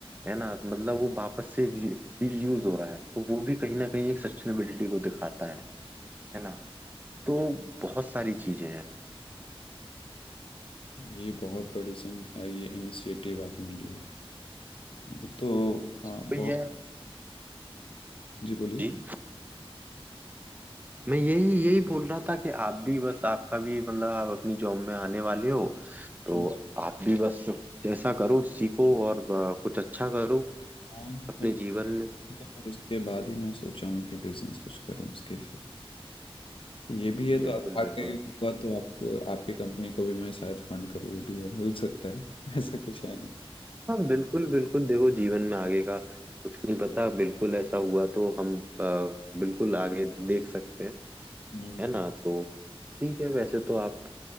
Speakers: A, on the right; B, on the left.
A: है ना मतलब वो वापस से रीयूज हो रहा है तो वो भी कहीं ना कहीं एक सस्टेनेबिलिटी को दिखाता है है ना तो बहुत सारी चीजें हैं
B: ये बहुत बड़ी सिन- अ, ये इनिशिएटिव आपने लिया है ये तो अ,
A: तो
B: बहुत
A: ये
B: जी बोलिए
A: जी मैं यही यही बोल रहा था कि आप भी बस आपका भी मतलब आप अपनी जॉब में आने वाले हो तो
B: हाँ,
A: आप भी बस जैसा करो सीखो और अ, कुछ अच्छा करो
B: कुछ
A: अपने
B: नहीं,
A: जीवन में
B: तो फिर उसके बाद ही मैं सोचा हूँ कि बिजनेस कुछ करूँ उसके हिसाब तो ये भी है तो
A: बिल्कुल
B: आप- आगे
A: बिल्कुल
B: हुआ तो आपको आपकी कंपनी को भी मैं शायद फंड करूँ वो भी हो सकता है <laughs> ऐसा कुछ है नहीं
A: हाँ बिल्कुल बिल्कुल देखो जीवन में आगे का कुछ नहीं पता बिल्कुल ऐसा हुआ तो हम अ, बिल्कुल आगे देख सकते हैं
B: हम्म,
A: है ना तो ठीक है वैसे तो आप